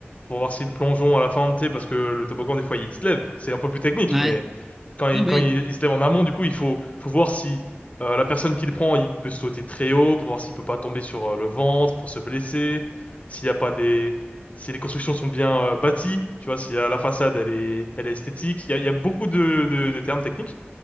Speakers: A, on the left; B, in the centre.
A: pour voir si le plongeon à la fin, tu sais, parce que le toboggan, des fois, il se lève. C'est un peu plus technique,
B: Ouais.
A: mais quand il,
B: Ah bah
A: quand
B: oui.
A: il, il se lève en amont, du coup, il faut, faut voir si euh, la personne qui le prend, il peut sauter très haut, pour voir s'il peut pas tomber sur euh, le ventre, pour se blesser, s'il y a pas des... Si les constructions sont bien euh, bâties, tu vois, si euh, la façade elle est, elle est esthétique, il y a, il y a beaucoup de, de, de termes techniques,